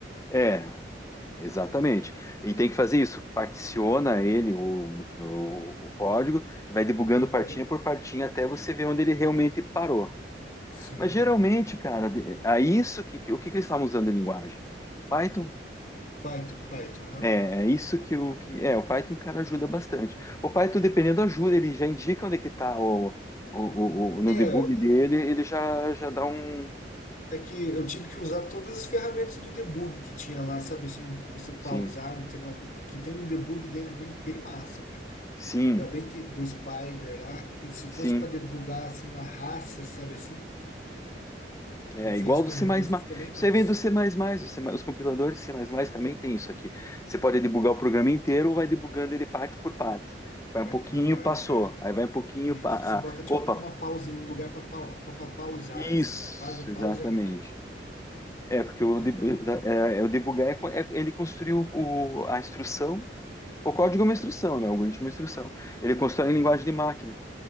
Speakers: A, on the left; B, on the left.
A: é, exatamente. E tem que fazer isso, particiona ele, o, o, o código, vai debugando
B: Aham.
A: partinha por partinha até você ver onde ele realmente parou.
B: Sim.
A: Mas geralmente, cara, de- a isso que, que- o que, que eles estavam usando em linguagem? Python?
B: Python, Python, aham.
A: É, é isso que o que é, o Python, cara, ajuda bastante. O Python, dependendo, ajuda, ele já indica onde é que está o, o, o, o- no
B: É,
A: debug dele, ele já, já dá um.
B: é que eu tive que usar todas as ferramentas do debug que tinha lá, sabe? Assim, você pausar,
A: Sim,
B: determinado, que tem um debug deles bem, bem massa, cara.
A: sim,
B: Ainda bem que do Spider lá, que se
A: sim.
B: fosse para debugar assim na raça, sabe assim,
A: É
B: eu usei
A: igual
B: as ferramentas
A: do C++.
B: e ficou bem
A: Isso
B: massa.
A: aí vem do C++, o C++, os compiladores C++ também tem isso aqui. Você pode debugar o programa inteiro ou vai debugando ele parte por parte. Vai
B: Parte
A: um pouquinho,
B: por parte,
A: passou.
B: é.
A: Aí vai um pouquinho,
B: E
A: pa-
B: se bota
A: ah,
B: tipo
A: opa,
B: uma pausa, um lugar para pa, pa- pa- pausar,
A: isso,
B: assim, né? Pausa,
A: exatamente.
B: pausa aqui.
A: É, porque o,
B: Aham.
A: deb- é, é, o debugar é, co- é- ele construiu o, a instrução, o código é uma instrução, né? O algoritmo é uma instrução. Ele constrói em linguagem de máquina.